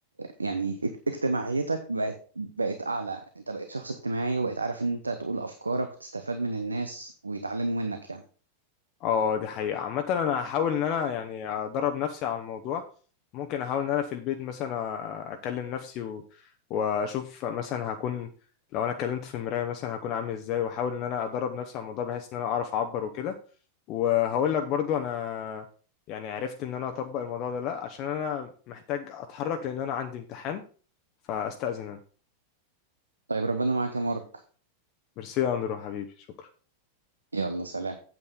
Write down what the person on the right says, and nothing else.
يعني اج- اجتماعيتك بقت بقت أعلى أنت بقيت شخص اجتماعي وبقيت عارف إن أنت تقول أفكارك وتستفاد من الناس ويتعلموا منك يعني
طيب ربنا معاك يا مارك
يلا سلام